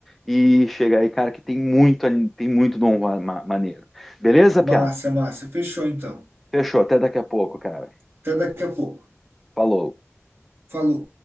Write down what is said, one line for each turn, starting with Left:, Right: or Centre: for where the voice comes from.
Centre: e chegar aí, cara, que tem muito, anime- tem muito Don Juan ma- maneiro. Beleza,
Right: Massa,
Centre: Piá?
Right: massa, fechou então.
Centre: Fechou. Até daqui a pouco, cara.
Right: Até daqui a pouco.
Centre: Falou.
Right: Falou.